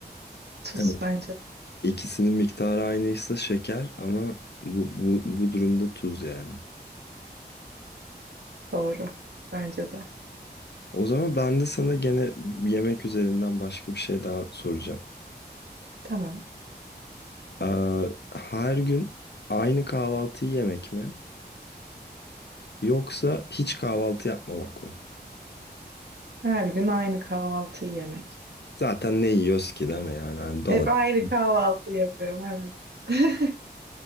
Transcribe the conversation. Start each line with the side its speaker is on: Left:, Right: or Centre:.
Right: Tuz
Left: Evet.
Right: bence de.
Left: İkisinin miktarı aynıysa şeker ama bu, bu, bu durumda tuz yani.
Right: Doğru. Bence de.
Left: O zaman ben de sana gene yemek üzerinden başka bir şey daha soracağım.
Right: Tamam.
Left: Ee, her gün aynı kahvaltıyı yemek mi? Yoksa hiç kahvaltı yapmamak mı?
Right: Her gün aynı kahvaltıyı yemek.
Left: Zaten ne yiyoruz ki değil mi yani? Hani domates
Right: Hep aynı kahvaltı yapıyorum evet. <laughs>